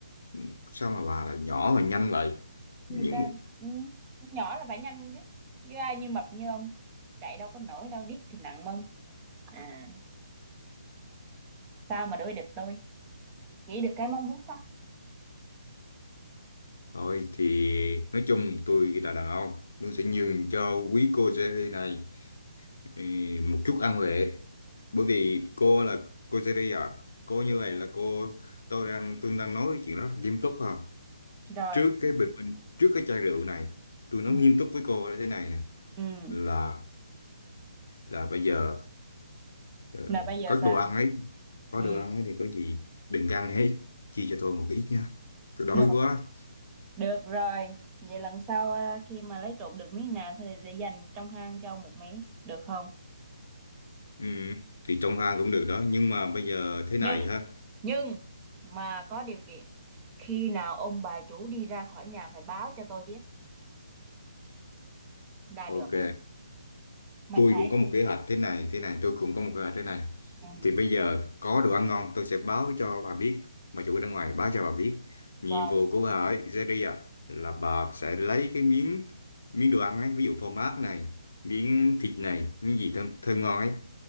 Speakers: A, on the left (about 55°); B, on the right (about 20°).
A: Ừ, sao mà bà là nhỏ mà nhanh vậy
B: người
A: nhưng
B: ta
A: mà
B: ừ, nhỏ là phải nhanh chứ như ai như mập như ông chạy đâu có nổi đâu đít thì nặng mông à sao mà đuổi địch tôi chỉ được cái mông vuốt sắt
A: Thôi thì nói chung tôi là đàn ông, tôi sẽ nhường cho quý cô Jerry này ừ, một chút ân huệ. Bởi vì cô là cô Jerry à, cô như vậy là cô tôi đang tôi đang nói chuyện rất là nghiêm túc ha.
B: rồi
A: Trước cái bình minh, trước cái chai rượu này, tôi nói
B: ừ
A: nghiêm túc với cô là thế này nè,
B: ừ
A: là là bây giờ ờ,
B: là bây giờ
A: có
B: sao
A: đồ ăn ấy, có
B: ừ
A: đồ ăn ấy thì có gì đừng ăn hết, chia cho tôi một ít nha. Tôi đói
B: được
A: quá.
B: được rồi vậy lần sau ờ, khi mà lấy trộm được miếng nào thì để dành trong hang cho ông một miếng được không
A: Ừ, thì trong hang cũng được đó, nhưng mà bây giờ thế
B: nhưng
A: này ha.
B: nhưng mà có điều kiện khi nào ông bà chủ đi ra khỏi nhà phải báo cho tôi biết là
A: Ok,
B: được mình
A: tôi
B: phải
A: cũng có một kế hoạch thế này, thế này, tôi cũng có một kế hoạch thế này.
B: ừ.
A: Thì bây giờ có đồ ăn ngon tôi sẽ báo cho bà biết, bà chủ ở bên ngoài báo cho bà biết. Nhiệm
B: rồi
A: vụ của bà ấy, Zeria, là bà sẽ lấy cái miếng miếng đồ ăn ấy, ví dụ phô mát này, miếng thịt này, miếng gì thơm, thơm ngon ấy.